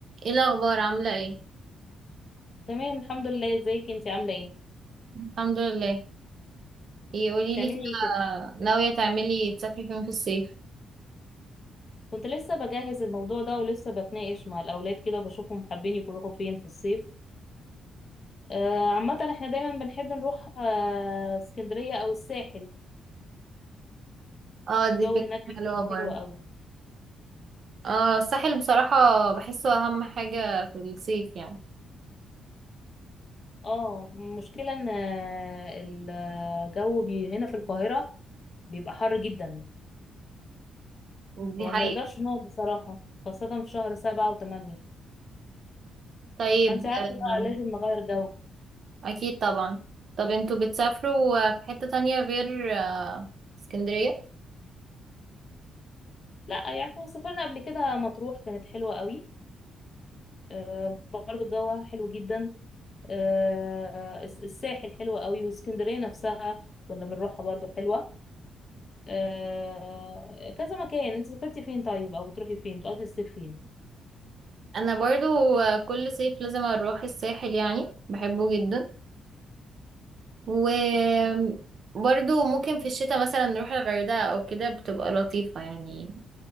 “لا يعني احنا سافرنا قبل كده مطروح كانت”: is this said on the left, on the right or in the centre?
Left